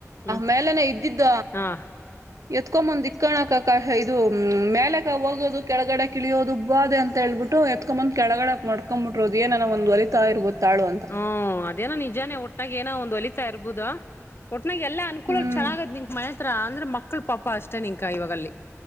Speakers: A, on the left (about 45°); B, on the right (about 80°).
A: ಹ್ಮ್
B: ಮೇಲೆನೆ ಇದ್ದಿದ್ದ
A: ಹಾ
B: ಎತ್ಕೊಂಬಂದ್ ಇಕ್ಕಕಕ ಇದು ಮೇಲೆಕ ಹೋಗೋದು ಕೆಳಗಡೆ ಕಿಳಿಯೋದು ಬಾದೆ ಅಂತ ಹೇಳ್ಬಿಟ್ಟು ಎತ್ಕೊಂಬಂದ್ ಕೆಳಗಡೆ ಮಾಡ್ಕೊ್ಬಿಟ್ಟರೋದು ಏನೋ ಒಂದು ಹೋಲಿತ ಇರ್ಬೋದು ತಾಳು ಅಂತ
A: ಹ್ಮ ಅದೇನ ನಿಜಾನೇ ಒಟ್ಟು ನ ಏನೋ ಒಂದು ಒಲಿತಾ ಇರ್ಬೋುದಾ ಆ ನ ಎಲ್ಲ ಅನುಕೂಲ
B: ಹ್ಮ್
A: ಚೆನ್ನಾಗತ್ ನಿಕ ಮನೆಗೆ ಹತ್ರ ಅಂದ್ರೆ ಮಕ್ಕಳ ಪಾಪ ಅಷ್ಟೇ ನಿಂಕ ಇವಾಗ ಅಲ್ಲಿ